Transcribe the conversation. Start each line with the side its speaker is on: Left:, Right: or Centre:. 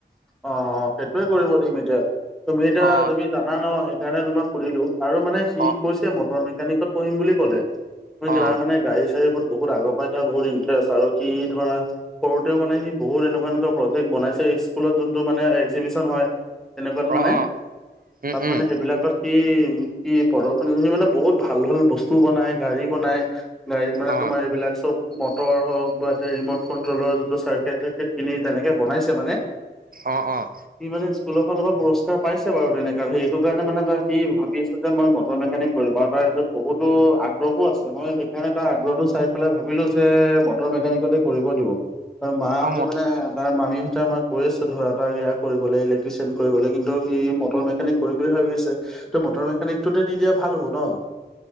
Centre: অ' সেইটোৱে কৰিব দিম এতিয়া, তুমি এতিয়া
Right: অ
Centre: তুমি জানা ন সি সেই কাৰণে তোমাক সুধিলোঁ আৰু মানে সি
Right: অ
Centre: কৈছে মটৰ মেকানিকত পঢ়িম বুলি ক'লে। নহয়
Right: অ
Centre: কিবা মানে গাড়ীচাৰীৰ ওপৰত বহ বহুত আগৰ পৰাাই তাৰ বহুত ইন্টাৰেষ্ট আৰু সি ধৰা সৰুতেও মানে সি বহুত এনেকুৱা- এনেকুৱা প্ৰজেক্ট বনাইছে স্কুলত যোনটো মানে একজিবিচন হয় তেনেকুৱাত মানে
Right: অ অ উম
Centre: তাত
Right: উম
Centre: মানে সেইবিলাকত সি, কি প্ৰদৰ্শনী কৰি মানে বহুত ভাল ভাল বস্তু বনাই গাড়ী বনাই, গাড়ীত মানে
Right: অ
Centre: তোম এইবাক চব মটৰ হওক বা ৰিমট কন্ট্ৰলৰ যোনটো চাৰ্কেট তাৰকেত কিনি তেনে, বনাইছে মানে,
Right: অঁ অঁ
Centre: সি মানে স্কুলৰ ফালৰ পৰা পুৰসকাৰ পাইছে বাৰু তেনেকুৱে সেইটো কাৰণে মানে ত সি ভাবি আছে যে মই মটৰ মেকোনিক কৰিম আৰু তাৰ সটোত বহুতো আগ্ৰহো আছে মই সেইকাৰণে তাৰ আগ্ৰহতটো চাই পেলাই ভাবিলো যে মটৰ মেকানিকেল, তে কৰিব দিব এ মাহঁতে
Right: অ মই
Centre: মানে তাৰ মামীহতে আমাৰ কৈ আছ ধৰা তাক এয়া কৰিবলে ইলেক্ট্ৰিচিয়ান কৰিবলে কিন্তু সি মটৰ মেকানিক কৰিম বুলি ভাবি আছে ত' মটৰ মেকানিকটোতে দি দিয়া ভাল হ'ব ন'?